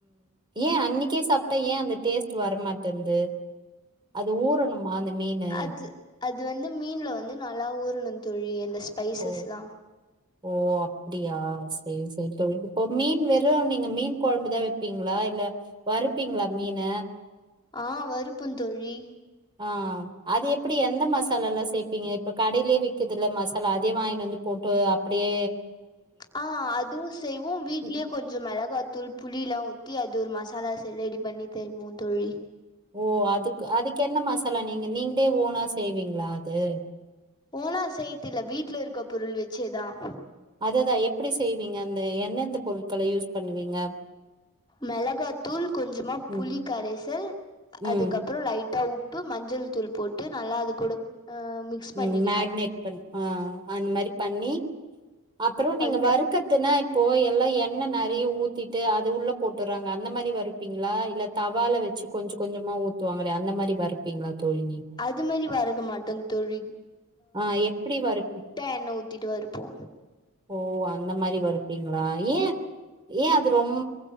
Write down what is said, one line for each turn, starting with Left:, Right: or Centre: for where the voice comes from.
Right: ஏன் அன்னைக்கே சாப் ஏன் அந்த டேஸ்ட் வரமாட்டேன்து அது ஊறணுமா அந்த மீனு
Left: அது அது வந்து மீன்ல வந்து நல்லா ஊருணும் தோழி அந்த ஸ்பைஸஸ்லாம்
Right: ஓ ஓ அப்படியா செரி செரி தோழி இப்போ மீன் வெறும் நீங்க மீன் குழம்புதான் வைப்பீங்களா இல்ல வறுப்பீங்களா மீனா
Left: ஆஹ் வறுப்ப தோழி
Right: ஆஹ் அது எப்படி எந்த மசால எல்லா சேர்பீங்க இப்ப கடையிலயே விக்குத இல மசாலா அதே வாங்கிட்டு வந்து போட்டு அப்படியே
Left: ஆஹ் அதுவும் செய்வ்வோம் வீட்லயே
Right: ம்,
Left: கொஞ்சோ மிளகா தூள் புளி எல்லாம் ஊத்தி அது ஒரு மசாலா செரி ரெடி பண்ணி தருவோம் தோழி
Right: ஓ அது அதுக்கு என்ன மசாலா நீங்க நீங்களே ஓனா செய்வீங்களா அது
Left: ஓனா செய்யித்துல வீட்டுல இருக்க பொருள் வச்சேதான்
Right: அததான் எப்படி செய்வீங்க அந்த எந்தெந்த பொருட்கள யூஸ் பண்ணுவீங்க
Left: மெளகாத்தூள் கொஞ்சமா
Right: ம்
Left: புளி கரைசல்
Right: ம்
Left: அதுக்கப்புறம் லைட் ப்ப உப்பு மஞ்சள் தூள் போட்டு நல்லா அது கூட ஆ மிக்ஸ்
Right: உம்
Left: பண்ணிக்கணு
Right: மேக்னேட் பண்ண ஆஹ அந்த மாதிரி பண்ணி அப்புறோ நீங்க
Left: அதுக்கு
Right: வறுக்கதுன்னா இப்போ எல்லா என்ன நெறைய ஊத்திட்டு அது உள்ள போட்டுறாங்க அந்த மாரி வருறுப்பீங்களா இல்ல தவால வச்சு கொஞ்ச கொஞ்சமா ஊத்துவாங்களே அந்த மாரி வறுப்பீங்களா தோழி
Left: அது மாரி வறுக்க மாட்டோம் ழோழி
Right: ஆஹ் எப்படி வறுப்பி
Left: எண்ணெ ஊத்திட்டு வறுப்போ
Right: ஓ அந்த மாரி வறுப்பீங்களா ஏன் ஏன் அது ரொம்